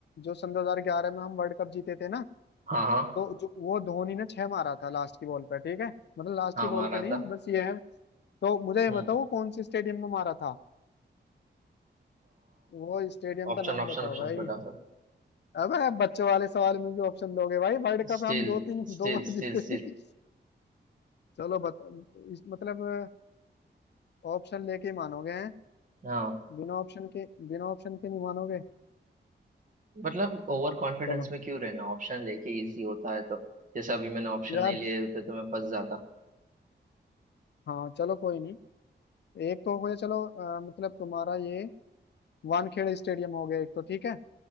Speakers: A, on the left; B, on the right.
A: जो सन 2011 में हम वर्ल्ड कप जीते थे ना
B: हाँ हाँ
A: तो जो वो धोनी ने छह मारा था लास्ट की बॉल पे ठीक है मतलब लास्ट
B: हाँ
A: की बॉल
B: मारा
A: पे नहीं
B: था
A: बस ये है तो मुझे ये
B: हम्म
A: बताओ कौन से स्टेडियम में मारा था वो स्टेडियम
B: ऑप्शन
A: का नाम
B: ऑप्शन
A: बताओ
B: ऑप्शन
A: भाई
B: फटाफट
A: अबे बच्चों वाले सवाल में भी ऑप्शन दोगे भाई वर्ल्ड कप
B: Still
A: हम दो तीन
B: still
A: दो बार
B: still
A: जीते
B: still
A: चलो बता इस मतलब ऑप्शन लेके ही मानोगे हैं
B: हाँ
A: बिना ऑप्शन के बिना ऑप्शन के नहीं मानोगे
B: मतलब ओवर कॉन्फिडेंस
A: चलो
B: में क्यों रहना ऑप्शन लेके इजी होता है तो जैसे अभी मैंने ऑप्शन
A: यार
B: नहीं लिए होते तो मैं फंस जाता
A: हाँ चलो कोई नहीं एक तो हो गया चलो अ, मतलब तुम्हारा ये वानखेड़े स्टेडियम हो गया एक तो ठीक है